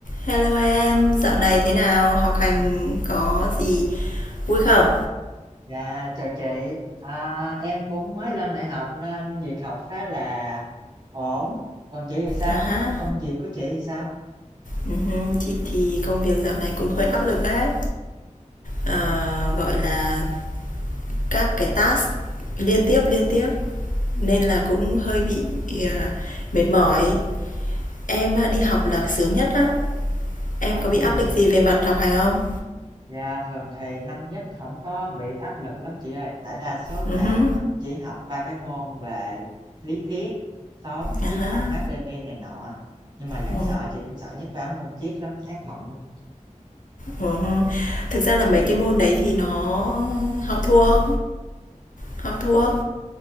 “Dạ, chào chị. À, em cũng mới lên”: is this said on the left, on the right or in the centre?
Right